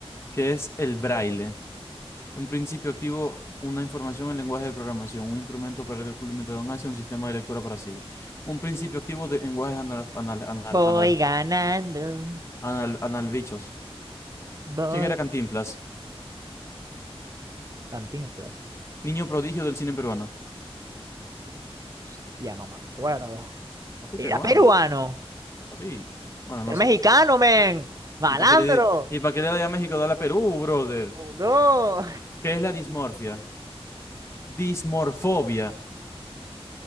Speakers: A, on the left; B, on the right.
A: ¿Qué es el braille? Un principio activo, una información en lenguaje de programación, un instrumento para el cumplimiento de un un sistema de lectura para ciegos. Un principio activo de lenguajes anal, anal, anal,
B: Voy
A: anal-
B: ganando,
A: anal- analbichos.
B: voy.
A: ¿Quién era Cantinflas?
B: Cantinflas.
A: Niño prodigio del cine peruano.
B: Hostia, no me acuerdo.
A: Papi
B: Era
A: peruano.
B: peruano.
A: Papi. Bueno, no
B: Era
A: sé.
B: mexicano, men. Malandro.
A: ¿Y para qué le, y para qué le doy a México? Dale a Perú, brother.
B: Eh, No. <laughs>
A: ¿Qué es la dismorfia? Dismorfobia.